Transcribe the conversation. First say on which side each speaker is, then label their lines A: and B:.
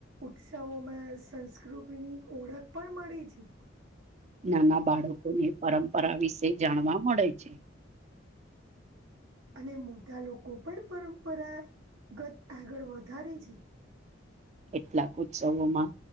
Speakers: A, on the right (about 80°); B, on the right (about 35°).
A: ઉત્સવોમાં સંસ્કૃતિની ઓળખ પણ મળે છે.
B: નાના બાળકોને પરંપરા વિશે જાણવા મળે છે <inaudible>
A: અને મોટા લોકો પણ પરંપરાગત આગળ વધારે છે.
B: કેટલાક ઉત્સવોમાં.